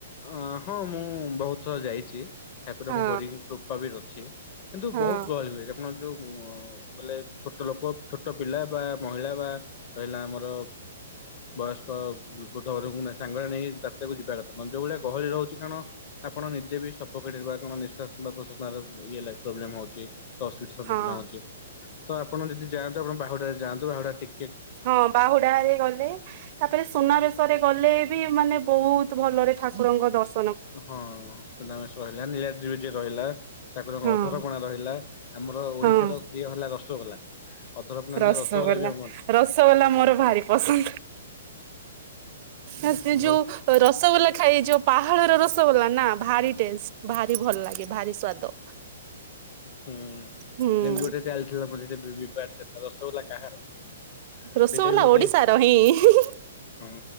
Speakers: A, on the left; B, on the right.
A: ଅଁ ହଁ ମୁଁ ବୋହୁତ ଥର ଯାଇଚି। ଠାକୁରଙ୍କ
B: ହଁ
A: ଡୋରି ବି କୃପା ବି ଅଛି କିନ୍ତୁ
B: ହଁ
A: ବୋହୁତୁ ଗହଳି ହୁଏ ଆପଣଙ୍କର ଯୋଉ ଅ ବୋଇଲେ ଛୋଟ ଲୋକ ଛୋଟ ପିଲା ବା ମହିଳା ବା ରହିଲା ଆମର ବୟସ୍କ ବୃଦ୍ଧହୁରକୁ ସାଙ୍ଗରେ ନେଇ ଯାତ୍ରାକୁ ଯିବା କଥା ନୁହଁ ଯୋଉ ଭଳିଆ ଗହଳି ରହୁଚି କାରଣ ଆପଣ ନିଜେ ବି ସଫୋକେଟେଡ୍ ବା କଣ ନିସ୍ୱାସ ବା ପ୍ରଶ୍ୱାସ ଇଏ ଲାଗେ ପ୍ରୋବ୍ଲେମ ହୋଉଛି। ତ ଅସୁବିଧାର ସମ୍ମୁଖୀନ
B: ହଁ
A: ହୋଉଚି ତ ଆପଣ ଯଦି ଯାଆନ୍ତୁ ଆପଣ ବାହୁଡାରେ ଯାଆନ୍ତୁ ବାହୁଡ଼ା ଟିକ
B: ହଁ ବାହୁଡାରେ ଗଲେ ତାପରେ ସୁନାବେଶରେ ଗଲେ ବି ମାନେ ବୋହୁତ ଭଲରେ ଠାକୁରଙ୍କ ଦର୍ଶ
A: ହଁ ସୁନାବେଶର ରହିଲା ନୀଳାଦ୍ରିବିଜେ ରହିଲା ତାପରେ
B: ହଁ
A: ଅଧରପଣା ରହିଲା ଆମ ଆମର ଓଡ଼ିଶାର
B: ହଁ
A: ପ୍ରିୟ ହେଲା ରସଗୋଲା। ଅଧରପଣା
B: ରସଗୋଲା
A: ନା ବି ଆମର
B: ରସଗୋଲା ମୋର ଭାରି ପସନ୍ଦ। ଆ ସେ ଯୋଉ
A: ଭଲ
B: ରସଗୋଲା ଖାଇ ଯୋଉ ପାହା ଳର ରସଗୋଲା ନା ଭାରି ଟେଷ୍ଟ ଭାରି ଭଲ ଲାଗେ ଭାରି ସ୍ଵାଦ
A: ହୁଁ
B: ହୁଁ।
A: ଯେମତି ଗୋଟେ ଚାଲିଥିଲା ମଝିରେ ବି-ବିବାଦ ଚାଲଥିଲା ରସଗୋଲା କାହାର?
B: ରସଗୋଲା
A: ସେଇଟା ବି ଗୋଟେ
B: ଓଡିଶାର ହିଁ।
A: ହଁ